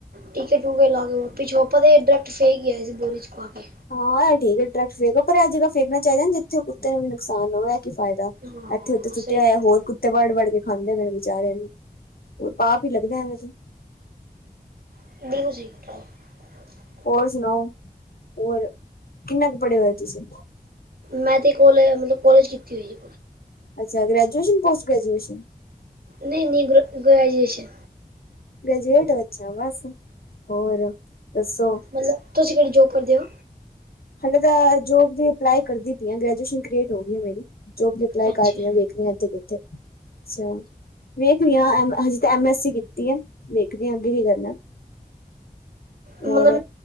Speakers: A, on the right; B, on the left.
A: ਟੀਕੇ ਟੂਕੇ ਲਾ ਕੇ ਪੀਛੋ ਆਪਾਂ ਡਾਇਰੈਕਟ ਫੇਕ ਹੀ ਆਏ ਸੀ, ਬੋਰੀ ਚ ਪਾ ਕੇ
B: ਹਾਂ ਇਹ ਠੀਕ ਹੈ, ਡਰੈਕਟ ਫੇਕੋ ਪਰ ਇਹ ਜਗ੍ਹਾ ਫੇਕਣਾ ਚਾਈਦਾ ਜਿੱਥੇ ਕੁੱਤੇ ਨੂੰ ਵੀ ਨੁਕਸਾਨ ਨਾ ਹੋਏ, ਇਹ ਕੀ ਫਾਇਦਾ
A: ਹਾਂ
B: ਇੱਥੇ ਉੱਥੇ
A: ਸਹੀ
B: ਸੁੱਟਿਆ ਹੋਇਆ
A: ਗੱਲ
B: ਹੋਰ ਕੁੱਤੇ ਵੜ ਵੜ ਕੇ ਖਾਂਦੇ ਨੇ ਬੇਚਾਰੇ ਨੂੰ ਪਾਪ ਹੀ ਲੱਗਦਾ ਐਵੇਂ ਤੇ
A: <unintelligible>
B: ਹੋਰ ਸੁਣਾਓ? ਹੋਰ ਕਿੰਨਾ ਕੁ ਪੜ੍ਹੇ ਹੋਏ ਤੁਸੀਂ?
A: ਮੈਂ ਤੇ ਕੋਲੇ ਮਤਲਬ ਕੋਲੇਜ ਕੀਤੀ ਹੋਈ ਜੀ
B: ਅੱਛਾ ਗ੍ਰੈਜੂਏਸ਼ਨ ਪੋਸਟ ਗ੍ਰੈਜੂਏਸ਼ਨ
A: ਨਹੀਂ, ਨਹੀਂ ਗ ਗ੍ਰੈਜੂਏਸ਼ਨ
B: ਗ੍ਰੈਜੂਏਟ ਹੋ, ਅੱਛਾ ਬਸ ਹੋਰ ਦੱਸੋ?
A: ਮਤਲਬ, ਤੁਸੀਂ ਕੇੜੀ ਜੋਬ ਕਰਦੇ ਹੋ?
B: ਹਲੇੇ ਤਾਂ ਜੋਬ ਦੀ ਅਪਲਾਈ ਕਰਦੀ ਪਈ ਆ, ਗ੍ਰੈਜੂਏਸ਼ਨ ਕਲੀਟ ਹੋ ਗਈ ਹੈ, ਮੇਰੀ ਜੋਬ ਦੀ ਮੈਂ
A: ਅੱਛਾ।
B: ਕਰਦੀਆਂ ਵੇਖਣੀ ਜੀ ਕਿੱਥੇ, ਅੱਛਾ ਜੀ। ਵੇਖਣੀ ਅ ਹਜੇ ਤਾਂ ਐਮ ਐਸ ਸੀ ਕੀਤੀ ਆ। ਵੇਖਦੀ ਹਾਂ ਅੱਗੇ ਕੀ ਕਰਨਾ।
A: ਮਤਲਬ
B: ਹੋਰ